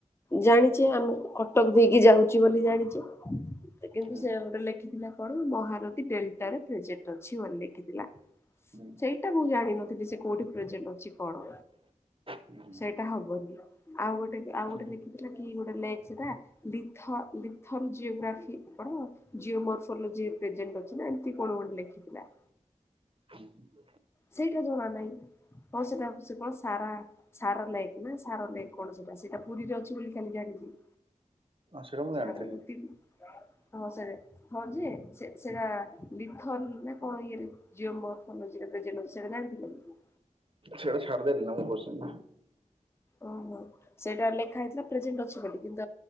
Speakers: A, on the left; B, on the right.
A: ଜାଣିଚେ ଆମେ କଟକ ଦେଇକି ଯାଉଚି ବୋଲି ଜାଣିଚେ। କିନ୍ତୁ
B: କି? ହୁଁ
A: ସେ ଗୋଟେ ଲେଖିଥିଲା କଣ ମହାରଦୀ ଡେଲଟାରେ ପ୍ରେଜେକ୍ଟ ଅଛି ବୋଲି ଲେଖିଥିଲା।
B: ହୁଁ
A: ସେଇଟା ମୁଁ ଜାଣିନଥିଲି ସେ କୋଉଠି ପ୍ରେଜେଣ୍ଟ ଅଛି କଣ?
B: ହୁଁ
A: ସେଇଟା ହବନି। ଆଉ ଗୋଟେ ଆଉ ଗୋଟେ
B: ହୁଁ
A: ଲେଖିଥିଲା କି ଗୋଟେ ଲେକ୍ ସେଟା ଲିଥ ଲିଥର ଜିଓଗ୍ରାଫି ପଢ଼ ଜିଓ ମର୍ଫୋଲଜି ପ୍ରେଜେଣ୍ଟ ଅଛି ନା ଏମିତି କଣ ଗୋ ଲେଖିଥିଲା।
B: ହୁଁ।
A: ସେଇଟା ଜଣା ନାଇଁ, ହଁ ସେଟା ସେ କଣ ସାରା ସାର ଲାଇକ ନା ସାର ଲେକ୍ କଣ ସେଟା, ସେଇଟା ପୁରୀରେ ଅଛି ବୋଲି ଖାଲି ଜାଣିଚି।
B: ହଁ ସେଇଟା ମୁଁ ଜାଣିଥିଲି
A: <inaudible> ହଁ ସେଟା ହଁ ଯେ ସେ ସେଟା ଲିଥର ନା କଣ ଇଏରେ ଜିଓ ମର୍ଫୋଲୋଜି ରେ ପ୍ରେଜେଣ୍ଟ ହୋଉଛି ସେଟା ଜାଣିଥିଲା କି?
B: ସେଟା ଛାଡ୍ ଦେଲି ନା ମୁଁ କୋଶ୍ଚିନ୍।
A: ଓ ହୋ, ସେଇଟା ଲେଖା ହେଇଥିଲା ପ୍ରେଜେଣ୍ଟ ଅଛି ବୋଲି <unintelligible>